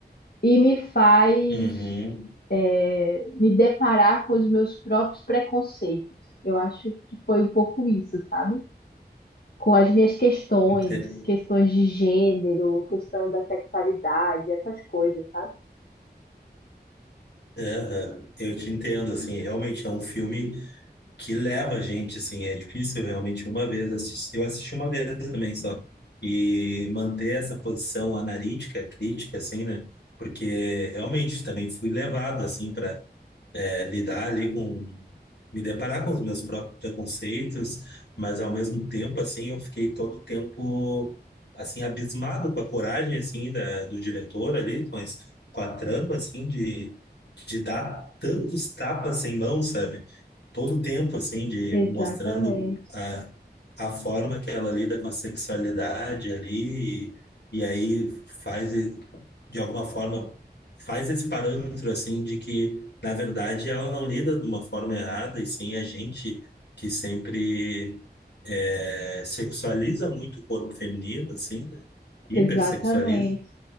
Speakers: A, on the left; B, on the left.
A: e me faz
B: Uhum.
A: é, me deparar com os meus próprios preconceitos. Eu acho que foi um pouco isso, sabe? Com as minhas questões,
B: Ente-
A: questões de gênero, questão da sexualidade, essas coisas, sabe?
B: Aham. Eu te entendo, assim, realmente é um filme que leva a gente, assim, é difícil realmente uma vez assistir. Eu assisti uma vez também só. E manter essa posição analítica, crítica, assim, né? Porque realmente também fui levado, assim, para lidar ali com. me deparar com os meus próprios preconceitos, mas ao mesmo tempo, assim, eu fiquei todo o tempo, assim, abismado com a coragem, assim, da, do diretor ali, mas com a com a trama, assim, de, de dar tantos tapas sem mão, sabe? todo o tempo, assim, de
A: Exatamente.
B: mostrando a, a forma que ela lida com a sexualidade ali, e, e aí faz, e- de alguma forma, faz esse parâmetro, assim, de que, na verdade, ela não lida de uma forma errada, e sim a gente que sempre é, sexualiza muito o corpo feminino, assim, né? Hipersexualiza.
A: Exatamente.